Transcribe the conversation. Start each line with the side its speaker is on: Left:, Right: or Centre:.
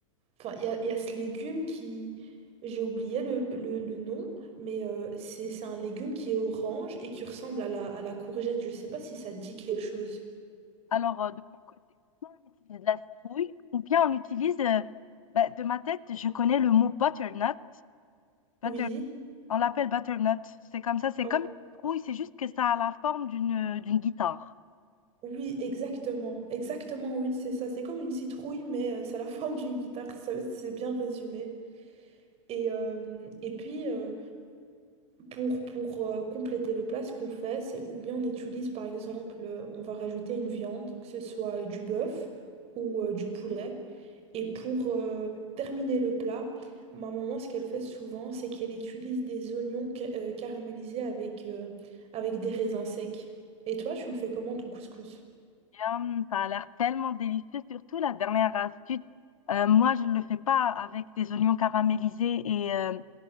Right: enfin, il y a, il y a ce légume qui, j'ai oublié le, le- le nom, mais euh, c'est c'est un légume qui est orange et qui ressemble à la, à la courgette. Je ne sais pas si ça dit quelque chose.
Left: Alors euh, de mon côté, soit on utilise de la citrouille ou bien on utilise, euh, ben, de ma tête, je connais le mot butternut. Butter-
Right: Oui,
Left: on l'appelle butternut. C'est comme ça, c'est
Right: Oh,
Left: comme une citrouille, c'est juste que ça a la forme d'une d'une guitare.
Right: oui, exactement. Exactement, oui, c'est ça. C'est comme une citrouille, mais euh, ça a la <laughs> forme d'une guitare. ça, C'est bien résumé. Et, euh, et puis, euh, pour, pour euh, compléter le plat, ce qu'on fait, c'est ou bien on utilise, par exemple, euh, on va rajouter une viande, que ce soit euh, du bœuf ou euh, du poulet. Et pour euh, terminer le plat, ma maman, ce qu'elle fait souvent, c'est qu'elle utilise des oignons ca- euh, caramélisés avec, euh, avec des raisins secs. Et toi, tu le fais comment ton couscous?
Left: Yum, ça a l'air tellement délicieux, surtout la dernière astuce. Euh, moi, je ne le fais pas avec des oignons caramélisés et euh,